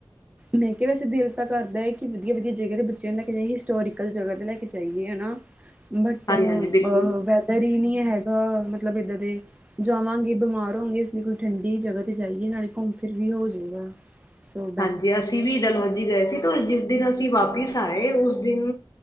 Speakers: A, on the right (about 15°); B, on the left (about 45°).
A: ਮੈਂ ਕਿਹਾ, ਵੈਸੇ ਦਿਲ ਤਾਂ ਕਰਦਾ ਹੈ ਕਿ। ਵਧੀਆ-ਵਧੀਆ ਜਗਾ ਦੇ ਬੱਚਿਆਂ ਨੂੰ ਲੈ ਕੇ ਜਾਈਏ। ਹਿਸਟੋਰੀਕਲ ਜਗਾ ਤੇ ਲੈ ਕੇ ਜਾਈਏ, ਹੈਨਾ। ਬਟ,
B: ਹਾਂਜੀ
A: ਅ
B: ਹਾਂਜੀ ਬਿਲਕੁਲ
A: ਵੈਦਰ ਹੀ ਨਹੀਂ ਹੈਗਾ, ਮਤਲਬ ਇੱਦਾਂ ਦੇ ਜਾਵਾਂਗੇ, ਬਿਮਾਰ ਹੋੋਂਗੇ, ਇਸ ਲਈ ਕੋਈ ਠੰਡੀ ਜਗਾ ਤੇ ਜਾਈਏ, ਨਾਲੇ ਘੁੰਮ-ਫਿਰ ਵੀ ਹੋ ਜਾਏਗਾ। ਲੋ
B: ਹਾਂਜੀ, ਅਸੀਂ ਵੀ ਡਲਹੌਜ਼ੀ ਗਏ ਸੀ। ਡਲਹੌਜ਼ੀ ਦਿਨ ਅਸੀਂ ਵਾਪਿਸ ਆਏ, ਉਸ ਦਿਨ